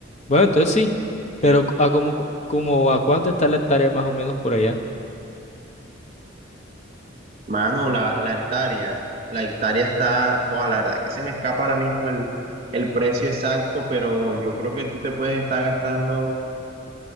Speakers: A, on the left; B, on the right.
A: bueno, entonces sí, pero cu- a como, cu- como a cuánto está la hectárea más o menos por allá.
B: Mano, la, la hectárea, la hectárea está, joder, la verdad que se me escapa ahora mismo el, el precio exacto, pero yo creo que tú te puedes estar gastando,